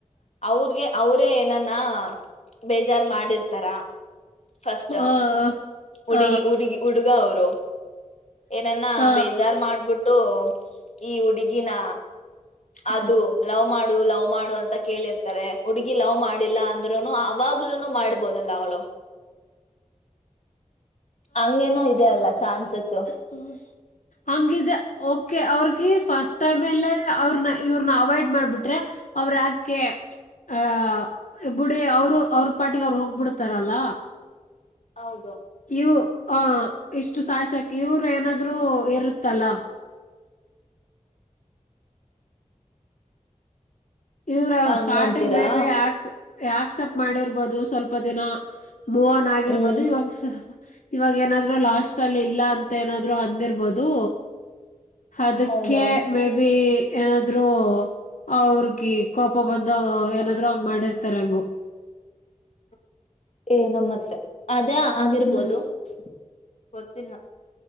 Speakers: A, on the left; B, on the left.
A: ಅವ್ರಗೆ ಅವರೇ ಏನಾನ ಬೇಜಾರ್ ಮಾಡಿರ್ ತರಾ ಫಸ್ಟ್.
B: ಹ
A: ಹುಡುಗಿ
B: ಹ
A: ಹುಡುಗಿ ಹುಡುಗ ಅವರು ಏನನ್ನ
B: ಹ
A: ಬೇಜಾರ್ ಮಾಡ್ಬಿಟ್ಟ <unintelligible> ಈ ಹುಡುಗಿನ
B: ಹ್ಮ್
A: ಅದು ಲವ್ ಮಾಡು ಲವ್ ಮಾಡು ಅಂತ ಕೇಳಿರ್ತಾರೆ ಹುಡುಗಿ ಲವ್ ಮಾಡಿಲ್ಲ ಅಂದ್ರುನು ಅವಾಗ <unintelligible> ಮಾಡ್ಬೋದಲ್ಲ ಅವಳು ಹಂಗೇನು ಇದೆ ಅಲ್ಲ ಚಾನ್ಸಸ್
B: ಹ <inaudible> ಹಂಗಿದೆ ಓಕೆ ಅವ್ರಗಿ ಫಸ್ಟ್ ಟೈಮ್ ಅಲ್ಲ ಅವ್ರನ ಇವ್ರನ ಅವಾಯ್ಡ್ ಮಾಡ್ಬಿಟ್ರೆ ಅವ್ರಾಕೆ ಆಹ <inaudible> ಬುಡಿ ಅವರು ಅವ್ರ ಪಾಟಿಗೆ ಅವ್ರು ಹೋಗ್ಬಿಡ್ತಾರಲ್ಲ
A: ಹೌದು
B: ಇವು ಆ ಇಷ್ಟು ಸಾಯ್ಸಕ ಇವರು ಏನಾದ್ರು ಇರುತ್ತಲ್ಲ ಇವ್ರ
A: ಹಂಗಂತೀರಾ
B: ಸ್ಟಾರ್ಟಿಂಗ್ ಮೇ ಬಿ ಆಕ್ಸೆಪ್ಟ್ ಮಾಡಿರ್ಬೋದು ಸ್ವಲ್ಪ ದಿನ ಮೋಹನ್ ಆಗಿರ್ಬೋದು
A: ಹ್ಮ್
B: ಇವಾಗ <unintelligible> ಸ್ವಲ್ಪ ಇವಾಗ ಏನಾದ್ರು ಲಾಸ್ಟ್ ಅಲ್ಲಿ ಇಲ್ಲ ಅಂತ ಏನಾದ್ರು ಅಂದಿರ್ಬೋದು ಅದಕ್ಕೆ
A: ಹೌದಾ
B: ಮೇ ಬಿ ಏನಾದ್ರು ಅವ್ರಗೆ ಈ ಕೋಪ ಬಂದ ಏನಾದ್ರು ಹಂಗ್ ಮಾಡಿರ್ತಾರೆ ಹಂಗ
A: <inaudible> ಏನೋ ಮತ್ತೆ ಅದೇ ಆಗಿರ್ಬೋದು
B: ಹ್ಮ್
A: <inaudible> ಗೊತ್ತಿಲ್ಲ